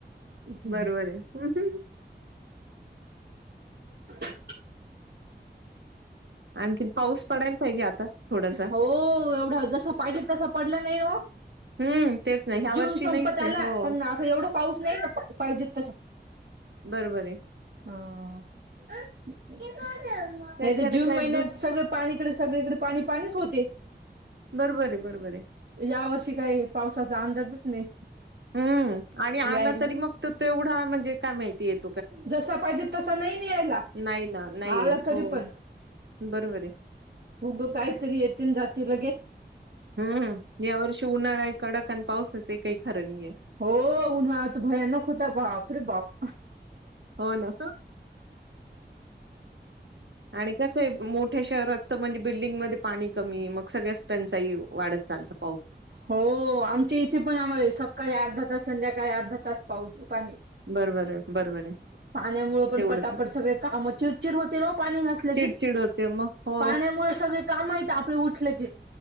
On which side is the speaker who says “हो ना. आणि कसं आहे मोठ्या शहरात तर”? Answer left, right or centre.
Right